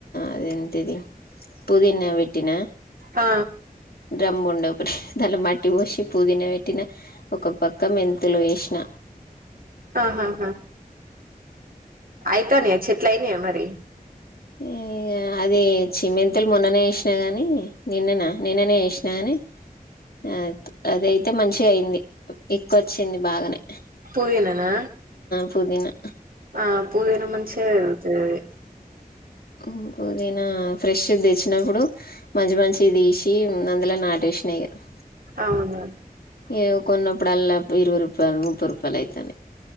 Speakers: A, on the left (about 85°); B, on the right (about 70°).
A: అది ఏంటి ఇది పుదీనా పెట్టినా
B: ఆ
A: డ్రమ్ ఉండే ఒకటి దాంట్లో మట్టి పోసి పుదీనా పెట్టిన ఒక పక్క మెంతులు వేసిన
B: ఆహాహా అయితనయ్ చెట్లు అయినాయ మరి
A: ఏ అది చిమెంతులు మొన్ననే ఎసినా గాని నిన్ననా నిన్ననే చేసినా గాని అ అదయితే మంచిగా అయింది ఎక్కువ వచ్చింది బాగానే
B: పుదీననా
A: పుదీనా
B: ఆ పుదీనా మంచిగా పెరుగుతది అది
A: ఓ పుదీనా ఫ్రెష్ తెచ్చినప్పుడు మంచి మంచి తీసి అందులో నాటి షేనేగా
B: అవును
A: ఇగ కొన్నప్పుడు అల్లా ఇరవై రూపాయలు ముప్పై రూపాయలు అయితనయ్